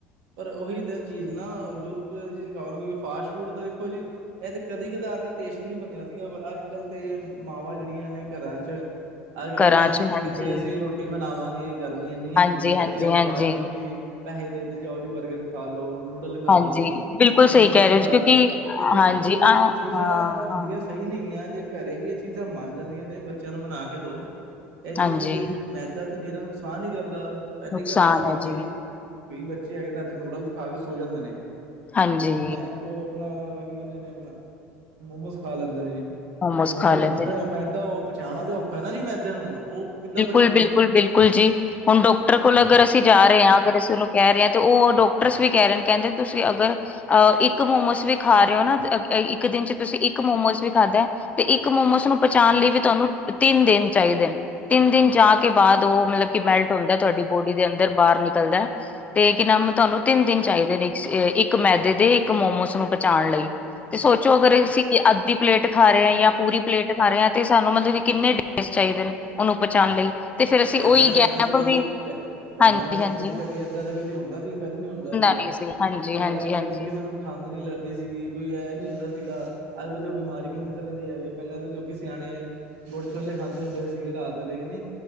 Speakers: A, on the right (about 70°); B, on the left (about 25°).
A: ਪਰ ਉਹੀ ਤਿੰਨ ਚੀਜ਼ ਨਾ ਜ਼ਰੂਰਤ ਤੋਂ ਇਹ ਚੀਜ਼ ਖਾਓ ਕਿਉਂਕਿ ਫਾਸਟ ਫੂਡ ਤਾਂ ਦੇਖੋ ਜੀ ਇਹ ਤੇ ਕਦੀ ਕਧਾਰ ਲੀ ਟੇਸਟ ਲੀ ਬਨਿਆ ਸੀਗਾ ਪਰ ਅੱਜ ਕੱਲ੍ਹ ਤੇ ਮਾਵਾਂ ਜਿਹੜੀਆਂ ਨੇ ਘਰਾਂ ਚ
B: <inaudible>
A: ਅੱਜ ਕੱਲ੍ਹ ਉਹ ਕਹਿੰਦੀ
B: ਚ
A: ਹੈ
B: ਹਾਂਜੀ
A: ਕਿੱਥੇ ਅਸੀਂ ਰੋਟੀ ਮਨਾਵਾਂਗੇ ਗਰਮੀ ਇੰਨੀ
B: ਹਾਂਜੀ
A: ਹੈਗੀ ਹੈ
B: ਹਾਂਜੀ
A: ਬੱਚਿਆਂ ਨੂੰ
B: ਹਾਂਜੀ
A: ਫਾਸਟ ਫੂੱਡ ਦੀ ਪੈਸੇ ਦੇ ਤੇ ਜਾਓ ਜੀ ਬਰਗਰ ਖਾ ਲੋ ਨੂਡਲ ਖਾ
B: ਹਾਂਜੀ
A: ਲਓ
B: ਬਿਲਕੁਲ
A: ਮਨਚੂਰੀਅਨ
B: ਸਹੀ ਕਹਿ ਰਹੇ
A: ਖਾ
B: ਹੋ ਜੀ ਕਿਉਂਕਿ
A: ਲ ਲੋ ਦੇਖੋ
B: ਹਾਂਜੀ
A: ਉਹ
B: ਆ ਹਾਂ
A: ਚੀਜ਼ਾਂ
B: ਹਾਂ
A: ਹੁੰਦੀਆਂ ਸਹੀ ਨਹੀਂ ਹੈ ਜੇ ਘਰੇ ਵੀ ਇਹ ਚੀਜ਼ਾਂ ਮੰਨ ਜਾਂਦੀਆਂ ਨੇ ਬੱਚਿਆਂ ਨੂੰ ਮਨਾ ਕੇ ਦੋ ਇਹ ਚੀਜ਼
B: ਹਾਂਜੀ
A: ਤੇ ਮੈਦਾ ਤਾਂ ਨਿਰਾ ਨੁਕਸਾਨ ਹੀ ਕਰਦਾ ਪਹਿਲੀ
B: ਨੁਕਸਾਨ
A: ਗਲ ਤੇ ਅਪਾ ਰਾਤੀ
B: ਹੈ ਜੀ
A: ਕਈ ਬੱਚੇ ਹੈਗੇ ਨਾ ਅਤੇ ਨੂਡਲਸ ਖਾ ਕੇ ਸੋ ਜਾਂਦੇ ਨੇ
B: ਹਾਂਜੀ
A: ਮੈਂ ਉਹ ਆਪਣਾ ਕੀ ਕਹਿੰਦੇ ਨੇ ਆਪਣਾ ਮੋਮੋਸ ਖਾ ਲੈਂਦੇ ਨੇ ਜੀ
B: ਮੋਮੋਸ
A: ਮੌਮੋਜ਼
B: ਖਾ ਲੈਂਦੇ
A: ਖਾਂਦੇ
B: ਨੇ
A: ਉਹ ਮੈਦਾ ਉਹ ਪਛਾਣਣਾ ਔਖਾ ਨਾ ਜੀ ਮੈਦੇ ਨੂੰਣ ਉਹ ਕਿੱਦਾਂ ਬਚੂਗਾ
B: ਬਿਲਕੁਲ ਬਿਲਕੁਲ ਬਿਲਕੁਲ ਜੀ ਹੁਣ ਡਾਕਟਰ ਕੋਲ ਅਗਰ ਅਸੀਂ ਜਾ ਰਹੇ ਹਾਂ ਅਸੀ ਉਂਨੂੰ ਕਹਿ ਰਹੇ ਤੇ ਉਹ ਡੋਕਟਰਸ ਵੀ ਕਹਿ ਰਹੇ ਨੇ ਕਹਿੰਦੇ ਤੁਸੀਂ ਅਗਰ ਅ ਇੱਕ ਮੋਮੋਸ ਵੀ ਖਾ ਰੇ ਓ ਨਾ ਇੱਕ ਦਿਨ 'ਚ ਤੁਸੀ ਇੱਕ ਮੋਮੋਸ ਵੀ ਖਾਧੈ ਤੇ ਇੱਕ ਮੋਮੋਸ ਨੂੰ ਪਚਾਨ ਲਈ ਵੀ ਤੁਆਨੂੰ ਤਿੰਨ ਦਿਨ ਚਾਈਦੇ ਨ। ਤਿੰਨ ਦਿਨ ਜਾ ਕੇ ਬਾਦ ਓ ਮਤਲਬ ਕਿ ਮੈਲਟ ਹੁੰਦੈ ਤੁਆਡੀ ਬੋਡੀ ਦੇ ਅੰਦਰ ਬਾਹਰ ਨਿਕਲਦੈ। ਤੇ ਕੀ ਨਮ ਤੁਆਨੂੰ ਤਿੰਨ ਦਿਨ ਚਾਈਦੇ ਨੇ ਇਕ ਅ ਇੱਕ ਮੈਦੇ ਦੇ ਇੱਕ ਮੋਮੋਸ ਨੂੰ ਪਹਚਾਉਣ ਲਈ। ਤੇ ਸੋਚੋ ਅਗਰ ਅਸੀ ਤੇ ਅੱਧੀ ਪਲੇਟ ਖਾ ਰੇ ਆਂ ਯਾਂ ਪੂਰੀ ਪਲੇਟ ਖਾ ਰੇ ਆਂ ਤੇ ਸਾਨੂੰ ਮਤਲਬ ਕਿ ਕਿੰਨੇ ਡੇਸ ਚਾਈਦੇ ਨ ਓਨੂੰ ਪਹੁੰਚਾਨ ਲਈ। ਤੇ ਫਿਰ ਅਸੀਂ
A: ਪੈਲਾਂ
B: ਉਹੀ
A: ਦੇ ਸਮੇਂ
B: ਗੈਪ
A: 'ਚ ਕਦੀ
B: ਵੀ
A: ਪ ਪੈਲਾਂ
B: ਹਾਂਜੀ
A: ਦੇ
B: ਹਾਂਜੀ
A: ਸਮੇਂ 'ਚ ਕਦੀ ਏਦਾਂ ਤੇ ਕਦੀ ਹੁੰਦਾ ਸੀ, ਕਦੀ ਨੀ ਹੁੰਦਾ ਸੀਗਾ।
B: ਨਹੀਂ ਸੀ ਹਾਂਜੀ
A: ਪੈਲਾਂ
B: ਹਾਂਜੀ ਹਾਂਜੀ
A: ਕਦੀ ਕਿਸੇ ਨੂੰ ਖੰਘ ਨੀ ਲੱਗਦੀ ਸੀਗੀ ਕੋਈ ਐ ਨੀ ਹੁੰਦਾ ਸੀਗਾ ਆੱਜ-ਕਾੱਲ ਤੇ ਬਿਮਾਰੀ ਕਿੰਨੀ ਤਰ੍ਹਾਂ ਦੀ ਐ ਵੇ ਪੈਲਾਂ ਦੇ ਲੋਕੀ ਸਿਆਣੇ ਗੁੜ ਛੋਲੇ ਖਾਂਦੇ ਹੁੰਦੇ ਸੀਗੇ ਰਾਤ ਦ ਲੇ ਗੀ ਨੀ